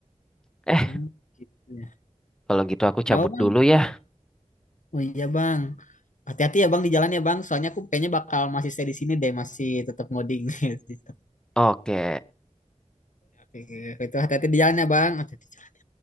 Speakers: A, in the centre; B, on the left.
A: Eh,
B: Hmm, gitu. ya.
A: kalau gitu aku
B: Kenapa
A: cabut
B: bang?
A: dulu ya.
B: Oh iya bang. Hati-hati ya bang di jalan ya bang. Soalnya aku kayaknya bakal masih stay di sini deh, masih tetap ngoding. <laughs> Gitu.
A: Oke.
B: Oke, oke. Itu hati-hati di jalan ya bang. Hati-hati.